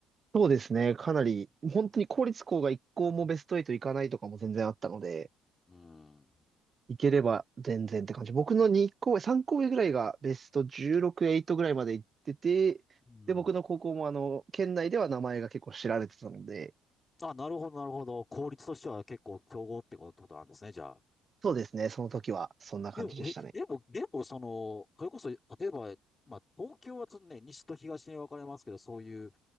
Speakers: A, on the right; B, on the left.
A: そうですね、かなり、本当に公立校が1校もベスト8行かないとかも全然あったので、
B: うん。
A: 行ければ全然って感じ。僕の2校上、3校上ぐらいがベスト16、8ぐらいまで行ってて、
B: うん。
A: で、僕の高校もあの、県内では名前が結構知られてたので、
B: あ、なるほど、なるほど。効率としては結構強豪ってことなんですね、じゃあ。
A: そうですね。その時は、そんな感じでしたね。
B: でも、え、でも、でも、その、それこそ、例えば、まあ、東京はちょっとね、西と東に分かれますけど、そういう、